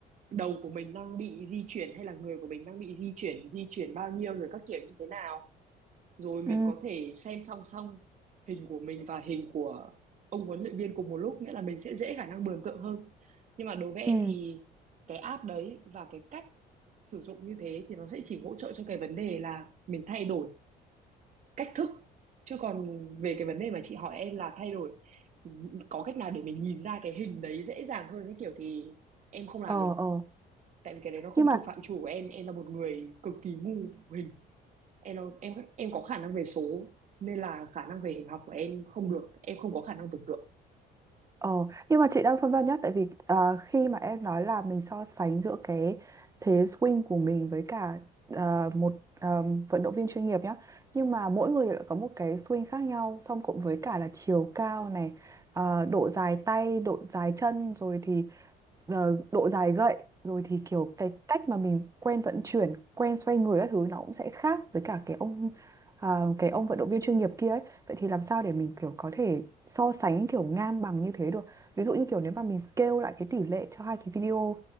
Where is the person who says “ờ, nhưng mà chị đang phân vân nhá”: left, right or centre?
Right